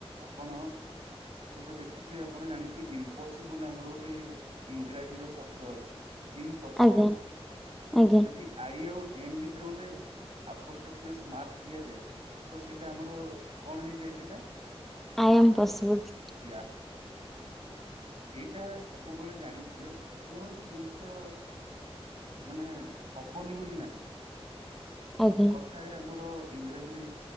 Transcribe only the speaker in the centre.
ଆଜ୍ଞା ଆଜ୍ଞା।
I am possible.
ଆଜ୍ଞା